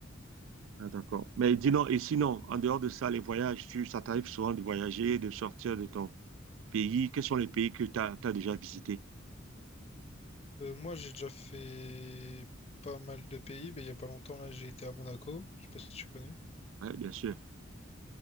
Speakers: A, on the right; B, on the left.
A: Ah, d'accord. Mais dis non et sinon, en dehors de ça, les voyages, tu, ça t'arrive souvent de voyager, de sortir de ton, pays, quels sont les pays que tu as, déjà visités?
B: Euh, moi, j'ai déjà fait pas mal de pays, mais il y a pas longtemps, là, j'ai été à Monaco. Je sais pas si tu connais.
A: Ouais, bien sûr,